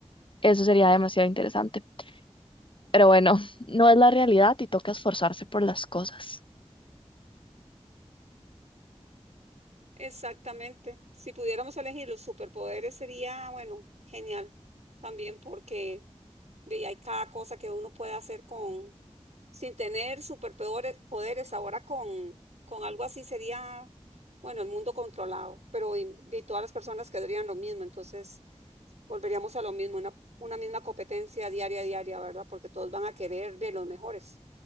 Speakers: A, on the left; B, on the right.
A: Eso sería demasiado interesante. Pero bueno, <laughs> no es la realidad y toca esforzarse por las cosas.
B: Exactamente. Si pudiéramos elegir los superpoderes sería, bueno, genial también porque Ve, Y hay cada cosa que uno puede hacer con, sin tener superpoderes, poderes, ahora con, con algo así sería, bueno, el mundo controlado, pero y, y todas las personas quedarían lo mismo, entonces volveríamos a lo mismo, una, una misma competencia diaria, diaria, ¿verdad? Porque todos van a querer ver los mejores,